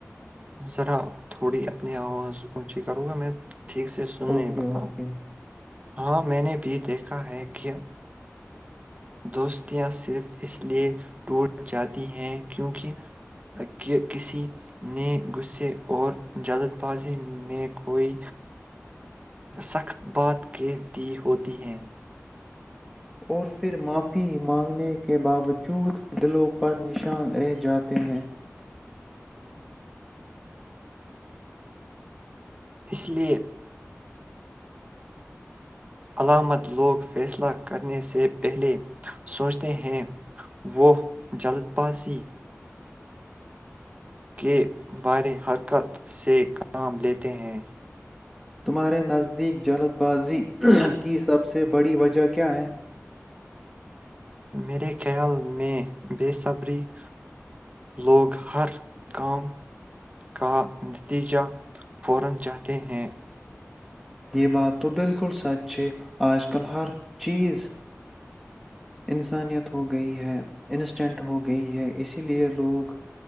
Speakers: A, on the right; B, in the centre.
A: ذرا تھوڑی اپنی آواز اونچی کروں گا میں ٹھیک سے سن
B: اوکے
A: پت
B: اوکے
A: ہاں میں نے بھی دیکھا ہے کہ دوستیاں صرف اس لئے ٹوٹ جاتی ہیں کیونکہ کہ کسی نے غصے اور جلد بازی میں کوئی سخت بات کہہ دی ہوتی ہیں
B: اور پھر معافی مانگنے کے باوجود دلوں پر نشان رہ جاتے ہیں
A: اس لیے علامت لوگ فیصلہ کرنے سے پہلے سوچتے ہیں وہ جلد بازی کے بارے حرکت سے کام لیتے ہیں
B: تمہارے نزدیک جلد بازی کی سب سے بڑی وجہ کیا ہے
A: ہ <unintelligible>
B: یہ بات تو بالکل سچ ہے آج کل ہر چیز انسانیت ہو گئی ہے انسٹینٹ ہو گئی ہے اسی لیے لوگ